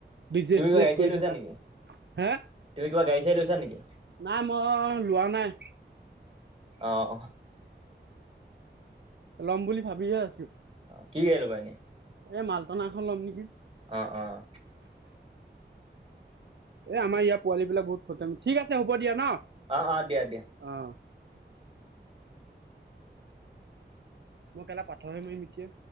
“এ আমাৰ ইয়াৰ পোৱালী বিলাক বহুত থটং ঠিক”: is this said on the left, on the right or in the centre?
Right